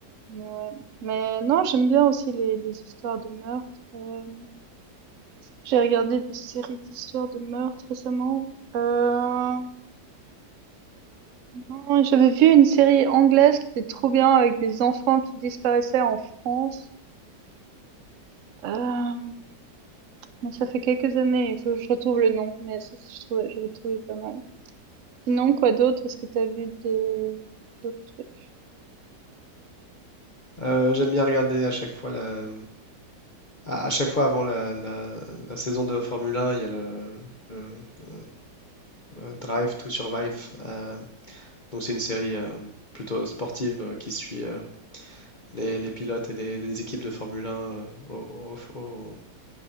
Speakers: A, on the right; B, on the left.
A: mais ouais. Mais non j'aime bien aussi les, les histoires de meurtre. euh, j'ai regardé des séries d'histoires de meurtre récemment. Euh, non, j'avais vu une série anglaise qui était trop bien avec des enfants qui disparaissaient en France. Euh, mais ça fait quelques années, il faut que je retrouve le nom, mais ça, je trouvais, j'avais trouvé pas mal. Sinon, quoi d'autre? Est-ce que t'as vu des d'autres trucs?
B: Euh, j'aime bien regarder à chaque fois la, à, à chaque fois avant la, la- la saison de Formule 1, il y a le, le, euh, euh, Drive to Survive. euh, Donc c'est une série euh, plutôt sportive euh, qui suit euh, les, les pilotes et les, les équipes de Formule 1 euh, au, au- au-